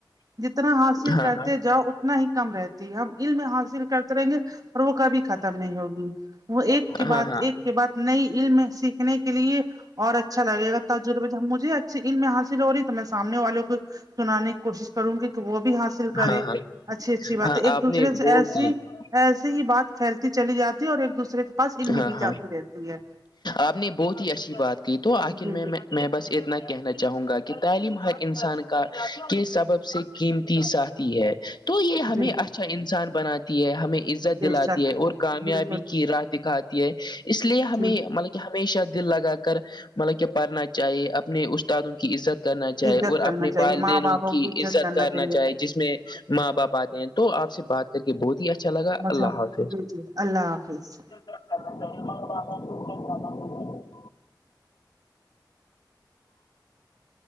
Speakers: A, on the right; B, on the left.
A: جتنا حاصل
B: ہاں
A: کرتے جاؤ اتنا ہی کم رہتا ہم علم حاصل کرتے رہیں گے اور وہ کبھی ختم نہیں ہوگی وہ ایک
B: ہاں
A: کے
B: ہاں
A: بات
B: ہاں
A: ایک کے بعات نئی علم سیکھنے کے لیے اور اچھا گا تجربے جبجھے اچھیلم میں حاصل ہو رہی تو میں سامنے والوں کو سنانے کی کوشش کروں گی کہ وہ بھی حاصل کرے
B: ہاں ہاں
A: اچھی اچھی بات
B: ہاں
A: ایک
B: آپ
A: دوسرے
B: نے
A: سے
B: بہت
A: ایسی
B: ہی
A: ایسے ہی بات پھیلتی چلی جاتی ہے اور ایک دوسرے کے پاس علم
B: ہاں
A: بھی جاتی
B: ہاں
A: رہتی ہے
B: آپ نے بہت ہی اچھی بات کی تو آخر
A: جی
B: میں
A: جی
B: میں بس اتنا کہنا چاہوں گا کہ تعلیم ہر انسان کا کے سبب سے قیمتی ساہتی ہے تو یہ ہمیں
A: جی
B: اچھا انسان بناتی ہے ہمیں عزت
A: بے
B: دلاتی
A: شک
B: ہے اور کامیابی
A: بالکل
B: کی راہ آتی ہے اس لیے ہمیں
A: جی
B: مطلب کہ ہمیشہ دل لگا کر مطلب کہ پڑھنا چاہیے اپنے استادوں کی عزت کرنا چاہے
A: عزت
B: اور
A: کرنا
B: اپنے
A: چاہیے
B: والدینوں
A: ماں باپوں
B: کی عزت کرنا
A: چاہیے
B: چاہے جس میں ماں باپ ہیں تو آپ سے بات کر کے بہت ہی اچھا لگا
A: مجم
B: اللہ حافظ
A: جی جی اللہ حافظ
B: چاہب جاناے